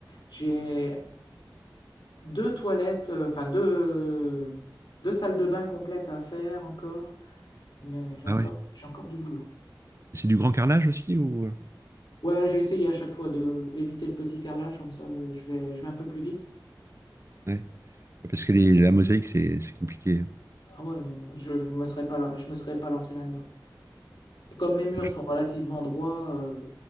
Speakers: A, on the left; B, on the right.
A: j'ai 2 toilettes, heu, enfin deux 2 salles de bain complètes à faire encore, mais j'ai encore
B: Ah ouais.
A: j'ai encore du boulot.
B: C'est du grand carrelage aussi ou... euh,
A: Ouais, j'ai essayé à chaque fois de d'éviter le petit carrelage comme ça, je vais je vais un peu plus vite.
B: Ouais. Parce que les- la mosaïque, c'est c'est compliqué. hein.
A: Ah ouais, non, non, je, je me serais pas, la- je me serais pas lancé là-dedans. Et comme mes murs
B: Ouais.
A: sont relativement droits, euh,